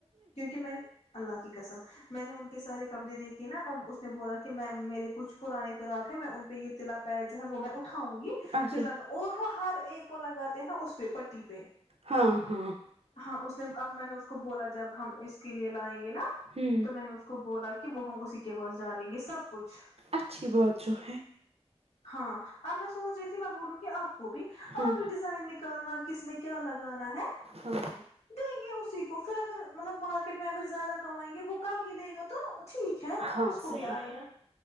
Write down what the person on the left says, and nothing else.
کیونکہ میں نے اللہ کی قسم میں نے ان کے سارے کپڑے دیکھے نا ا اس نے بولا کہ میں میرے کچھ <unintelligible> پ پرانے پر آاک ہیں میں ان پہ یہ <unintelligible> تلا پ ہے جو ہے وہ میںٹ <unintelligible> اٹھاؤں گی
پھر لگا اور وہ <unintelligible> ایک کو لگاتے ہیں نا اس پہ <unintelligible> پٹی پہ
ہاں اس نے اب میں نے اس کو بولا جب ہم اس کے لیے لائیں گ نا
تو میں نے اس کو بولا کہ وہ ہم اس کے پاس جانیں گے <unintelligible> سب کچھ
ہاں اب میں سوچ رہی تھی میں بولوں گی آپ کو بھی آپ
بھی ڈیزائن نکالنا اسس میں کیا لگا گا ہے
دیں گے اس کوھر اگر مطلب مارکیٹ میں اگر زیادہ کائیں گے وہ کم ہی لے گا تو ٹھیک ہے
اس کو
بھی آئے
گا